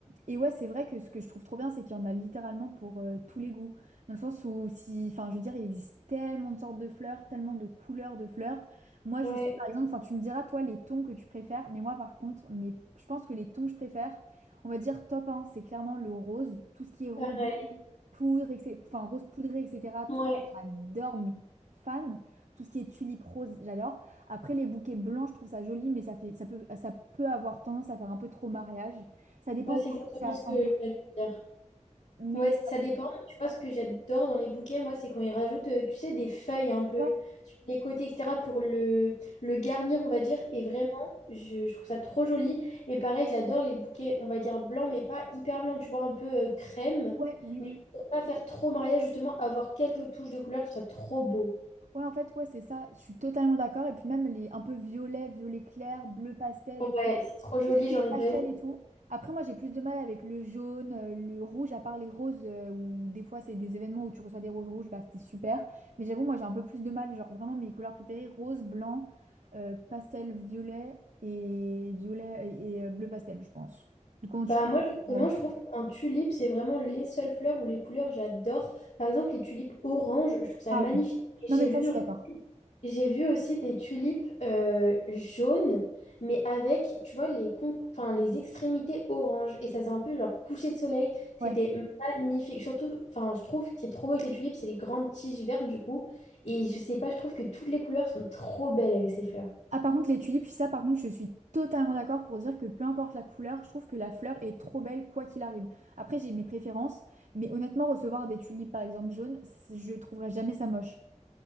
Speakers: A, on the right; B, on the left.
A: et ouais, c'est vrai que ce que je trouve trop bien, c'est qu'il y en a littéralement pour euh, tous les goûts. Dans le sens où, si, enfin, je veux dire, il existe tellement de sortes de fleurs, tellement de couleurs de fleurs. Moi,
B: Ouais,
A: je sais, par exemple, enfin, tu me diras, toi, les tons que tu préfères. Mais moi, par contre, mais je pense que les tons que je préfère, on va dire top 1, c'est clairement le rose. Tout ce qui est rosé,
B: pareil.
A: poudre, etc., enfin, rose poudrée, etc., tout
B: Ouais,
A: ça, j'adore, mais fan. Tout ce qui est tulipe rose, j'adore. Après, les bouquets blancs, je trouve ça joli, mais ça fait, ça peut, ça peut avoir tendance à faire un peu trop mariage. Ça dépend
B: Ouais, c'est
A: comment
B: exactement
A: c'est assemblé.
B: ce que j'allais dire.
A: Mais
B: Ouais, ça dépend. mais Tu vois, ce que j'adore dans les bouquets, moi, c'est quand ils rajoutent, euh, tu sais, des feuilles un peu
A: ouais,
B: sur les côtés, etc., pour le, le garnir, on va dire. Et vraiment, je, je trouve ça trop joli. Et pareil, j'adore les bouquets, on va dire blancs, mais pas hyper blancs, tu vois, un peu euh, crème.
A: ouais, oui,
B: Mais
A: oui. oui.
B: pour pas faire trop mariage, justement, avoir quelques touches de couleur, je trouve ça trop beau.
A: Ouais, en fait, ouais, c'est ça. Je suis totalement d'accord. Et puis même les un peu violet, violet clair, bleu pastel et Tout
B: Ouais, c'est trop joli,
A: ce qui
B: j'en
A: est
B: ai
A: pastel
B: déjà eu.
A: et tout. Après, moi, j'ai plus de mal avec le jaune, euh, le rouge, à part les roses, euh, où des fois, c'est des événements où tu reçois des roses rouges, bah, c'est super. Mais j'avoue, moi, j'ai un peu plus de mal. Genre, vraiment, mes couleurs préférées, rose, blanc, euh, pastel, violet et violet et, et, euh, bleu pastel, je pense. Du coup,
B: Bah
A: je pense
B: moi
A: que
B: justement
A: c'est pareil.
B: je trouve qu'en tulipe c'est vraiment les seules fleurs où les couleurs j'adore. Par exemple les tulipes orange, je trouve ça
A: Ah
B: magnifique.
A: oui.
B: Et J'ai
A: Non, mais
B: vu
A: ça, je suis
B: aussi,
A: d'accord.
B: j'ai vu aussi des tulipes euh, jaunes mais avec tu vois les con- enfin les extrémités orange et ça faisait un peu genre coucher de soleil, c'était
A: Ouais.
B: magnifique. Surtout enfin je trouve que c'est trop beau avec les tulipes, c'est les grandes tiges vertes du coup et je sais pas, je trouve que toutes les couleurs sont trop belles avec ces fleurs.
A: Ah par contre les tulipes, ça par contre je suis totalement d'accord pour dire que peu importe la couleur, je trouve que la fleur est trop belle quoi qu'il arrive. Après j'ai mes préférences, mais honnêtement recevoir des tulipes par exemple jaunes, c- je trouverais jamais ça moche.